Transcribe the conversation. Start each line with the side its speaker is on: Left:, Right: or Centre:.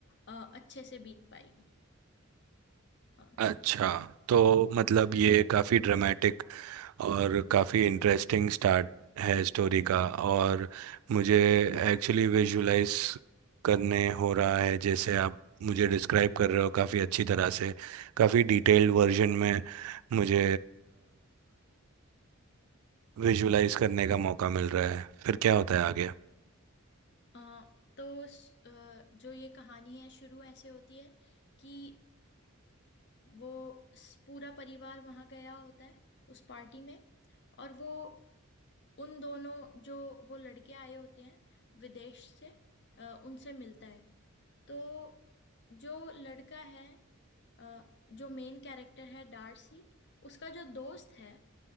Left: अ, अच्छे से बीत पाएगी अ,
Right: अच्छा तो मतलब ये काफ़ी ड्रामेटिक और काफ़ी इंटरेस्टिंग स्टार्ट है स्टोरी का और मुझे एक्चुअली विजुलाइज करने हो रहा है जैसे आप मुझे डिस्क्राइब कर रहे हो काफ़ी अच्छी तरह से काफ़ी डिटेल्ड वर्जन में मुझे विजुलाइज करने का मौका मिल रहा है फिर क्या होता है आगे
Left: अ, तो स- अ, जो ये कहानी है शुरू ऐसे होती है कि वो स- पूरा परिवार वहां गया होता है उस पार्टी में और वो उन दोनों जो वो लड़के आए होते हैं विदेश से अ, उनसे मिलता है तो जो लड़का है अ, जो मेन कैरेक्टर है डार्सी उसका जो दोस्त है